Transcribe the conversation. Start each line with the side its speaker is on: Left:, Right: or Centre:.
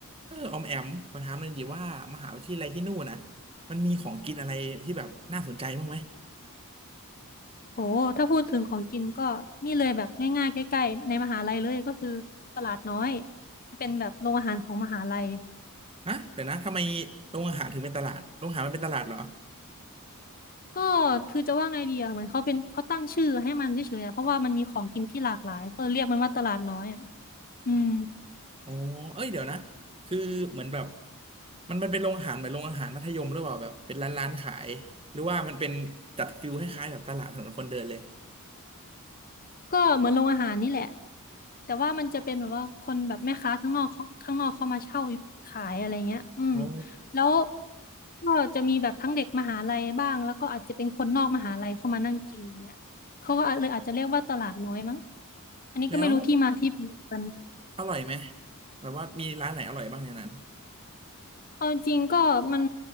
Right: เออออมแอมขอถามหน่อยดีว่ามหาวิทยาลัยที่นู่นนะมันมีของกินอะไรที่แบบน่าสนใจบ้างไหม
Left: โอ้ถ้าพูดถึงของกินก็นี่เลยแบบง่ายๆใกล้ๆในมหาลัยเลยก็คือตลาดน้อยเป็นแบบโรงอาหารของมหาลัย
Right: ฮะเดี๋ยวนะทำไมโรงอาหารถึงเป็นตลาดโรงอาหารมันเป็นตลาดเหรอ
Left: ก็คือจะว่าไงดีอะเหมือนเขาเป็นเขาตั้งชื่อให้มันเฉยๆอะเพราะว่ามันมีของกินที่หลากหลายก็เรียกมันว่าตลาดน้อยอะอืม
Right: อ๋อเอ้ยเดี๋ยวนะคือเหมือนแบบมันมันเป็นโรงอาหารเหมือนโรงอาหารมัธยมหรือเปล่าแบบเป็นร้านร้านขายหรือว่ามันเป็นจัดฟิลคล้ายๆแบบตลาดถนนคนเดินเลย
Left: ก็เหมือนโรงอาหารนี่แหละแต่ว่ามันจะเป็นแบบว่าคนแบบแม่ค้าข้างนอกเขาข้างนอกเขามาเช่าขายอะไรเงี้ยอืม
Right: อ๋อ
Left: แล้วก็จะมีแบบทั้งเด็กมหาลัยบ้างแล้วก็อาจจะเป็นคนนอกมหาลัยเข้ามานั่งกินเงี้ยเขาก็เลยอาจจะเรียกว่าตลาดน้อยมั้งอันนี้ก็ไม่รู้ที่มาที่ไปกัน
Right: แล้วอร่อยไหมแบบว่ามีร้านไหนอร่อยบ้างในนั้น
Left: เอาจริงๆก็มัน